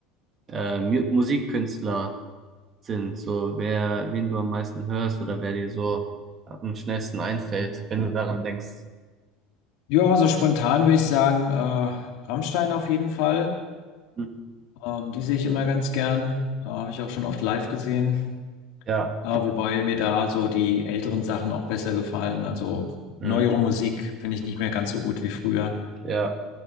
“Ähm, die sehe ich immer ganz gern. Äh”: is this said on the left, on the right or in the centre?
Left